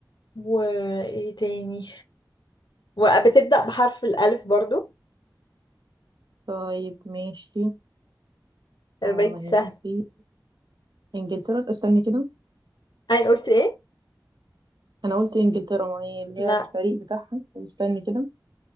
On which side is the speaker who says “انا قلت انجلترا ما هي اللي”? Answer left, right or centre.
Right